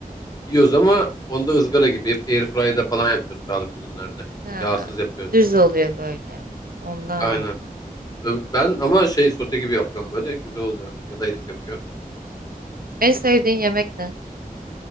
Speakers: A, on the left; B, on the right.
A: Yiyoruz ama onda ızgara gibi airfryer'da falan yapıyoruz sağlıklı günlerde.
B: Ha,
A: Yağsız yapıyoruz.
B: düz oluyor böyle. Ondan.
A: Aynen. Ö, Ben ama şey sote gibi yapıyorum böyle güzel oluyor. Ya da Elif yapıyor.
B: En sevdiğin yemek ne?